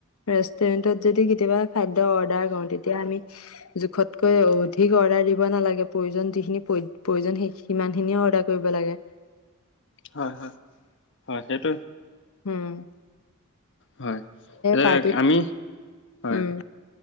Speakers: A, on the left; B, on the left.
A: ৰেষ্টুৰেন্টত যদি কেতিয়াবা খাদ্য অৰ্ডাৰ কৰো তেতিয়া আমি জোখত তকৈ অধিক অৰ্ডাৰ দিব নালাগে প্ৰয়োজন যিখিনি প্ৰয়োজন সেই সিমানখিনিয়ে অৰ্ডাৰ কৰিব লাগে।
B: হয় হয় হয় সেইটোৱে।
A: হম,
B: হয়,
A: পাৰ্টিত
B: এ আমি হয়।
A: উম